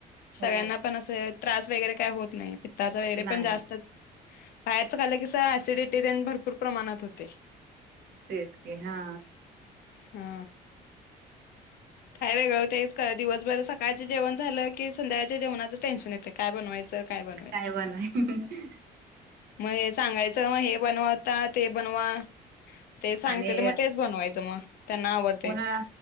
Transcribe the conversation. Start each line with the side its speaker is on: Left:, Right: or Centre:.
Left: सगळ्यांना
Right: हो
Left: पण असं त्रास वगैरे काय होत नाही पित्ताच वगैरे
Right: नाही
Left: पण जास्त बाहेरचं खालं की स ऍसिडिटी ते न भरपूर प्रमाणात होते‌.
Right: तेच की हा.
Left: हा. काय वेगळं तेच क दिवसभर सकाळचे जेवण झालं की संध्याळच्या जेवणाचं टेंशध येतंय. काय बनवायचं, काय बनवु?
Right: काय बनवाय <unintelligible>
Left: म हे सांगायचं म हे बनवता ते बनवा ते सांगतील
Right: आणि
Left: म तेच बनवायचं मग त्यांना आवड
Right: उन्हाळा